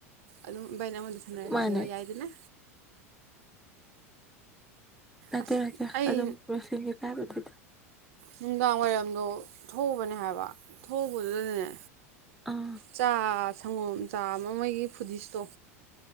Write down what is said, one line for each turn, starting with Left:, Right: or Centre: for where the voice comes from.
Right: ꯑꯗꯨꯝ ꯕꯥꯥꯏꯅ ꯑꯩꯉꯣꯟꯗ ꯁꯥꯟꯅꯔꯁꯦꯕ
Centre: ꯃꯥꯅꯦ
Right: ꯌꯥꯏꯗꯅ
Centre: ꯅꯠꯇꯦ
Right: ꯑꯁ
Centre: ꯅꯠꯇꯦ
Right: ꯑꯩ
Centre: ꯑꯗꯨꯝ ꯔꯦꯁꯂꯤꯡꯒꯤ ꯇꯥꯏꯞꯇꯨꯗ
Right: ꯅꯨꯡꯗꯥꯡ ꯋꯥꯏꯔꯝꯗꯣ ꯊꯣꯛꯎꯕꯅꯦ ꯍꯥꯏꯕ ꯊꯣꯛꯧꯕꯗꯨꯅꯦ
Centre: ꯑꯥ
Right: ꯆꯥ ꯁꯪꯒꯣꯝ ꯆꯥ ꯑꯃ ꯑꯃꯒꯤꯩꯒꯤ ꯐꯨꯗꯤꯁꯇꯣ